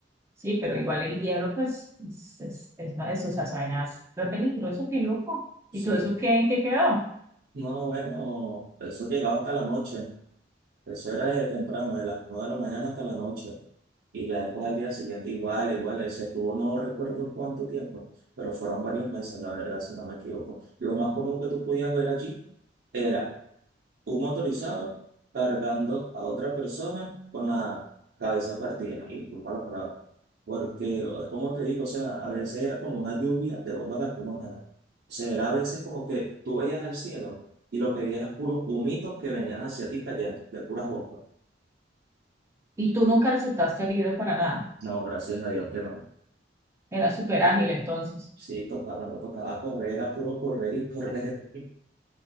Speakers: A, on the right; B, on the right.
A: Sí, pero igual el hierro, pues, es, es, es una de esas vainas re peligroso, qué loco.
B: Sí.
A: ¿Y todo eso qué, en qué quedó?
B: No, bueno, eso llegaba hasta la noche. Eso era de temprano, de las 9 de la mañana hasta la noche. Y ya después al día siguiente igual, igual, ese estuvo, no recuerdo cuánto tiempo, pero fueron varios meses, la verdad, si no me equivoco. Lo más común que tú podías ver allí era un motorizado cargando a otra persona con la cabeza partida, y disculpa la palabra, porque o- como te digo, o sea, a veces era como una lluvia de bombas lacrimógenas, o sea, era a veces como que tú veías al cielo y lo que veías era puros humitos que venían hacia ti cayendo, de puras bombas.
A: Y tú nunca resultaste herido para nada.
B: No, gracias a Dios que no.
A: Era súper ágil entonces.
B: Sí, tocaba, cuando tocaba correr, era puro correr y correr. <laughs>